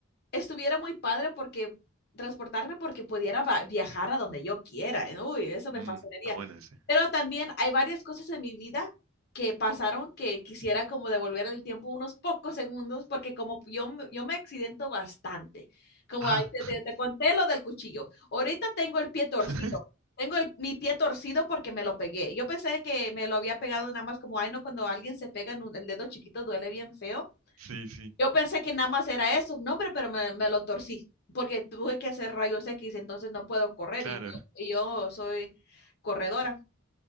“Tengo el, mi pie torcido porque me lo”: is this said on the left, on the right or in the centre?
Left